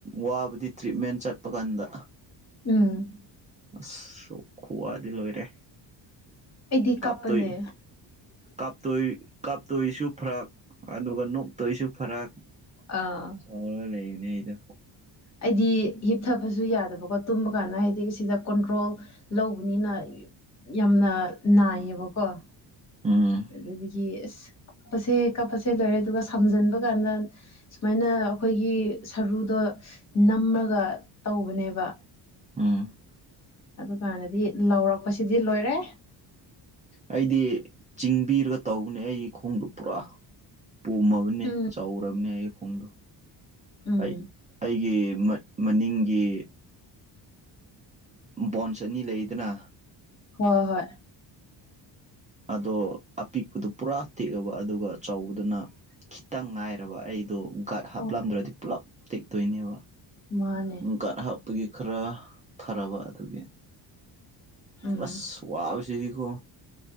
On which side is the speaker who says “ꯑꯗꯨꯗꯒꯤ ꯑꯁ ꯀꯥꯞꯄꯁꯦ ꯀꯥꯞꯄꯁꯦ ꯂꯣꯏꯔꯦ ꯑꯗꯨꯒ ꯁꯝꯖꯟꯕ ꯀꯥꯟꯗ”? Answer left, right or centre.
Left